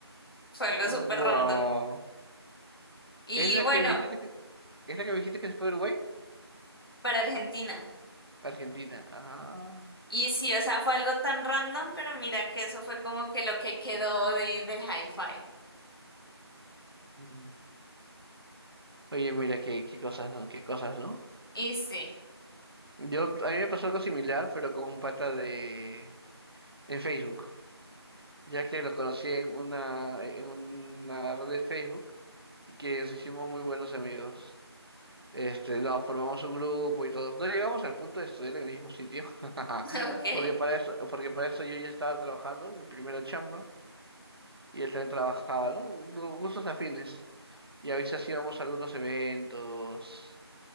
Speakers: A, on the left (about 55°); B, on the right (about 60°).
A: Fue algo
B: wow.
A: súper random. Y
B: ¿Es la
A: bueno,
B: que me dijiste que, es la que me dijiste que se fue a Uruguay?
A: para Argentina.
B: Argentina. Ah.
A: Y sí, o sea, fue algo tan random, pero mira que eso fue como que lo que quedó de, del hi-fi.
B: Mm. Oye, mira, qué, qué cosas, ¿no? Qué cosas, ¿no?
A: Y sí,
B: Yo, a mí me pasó algo similar, pero con un pata de, en Facebook. ya que lo conocí en una, en una red de Facebook y que nos hicimos muy buenos amigos. Este, no, formamos un grupo y todos. No llegamos al punto de estudiar en el mismo sitio, <laughs>
A: <laughs> ok,
B: porque para eso, porque para eso yo ya estaba trabajando, mi primera chamba, y él también trabajaba, ¿no? Gu- Gustos afines. Y a veces íbamos a algunos eventos,